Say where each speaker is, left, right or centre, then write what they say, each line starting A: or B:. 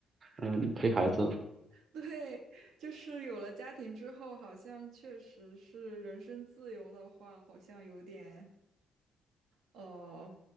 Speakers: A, on the right; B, on the right.
A: 嗯，陪孩子。
B: 哦，<laughs> 对，就是有了家庭之后，好像确实是人身自由的话，好像有点呃，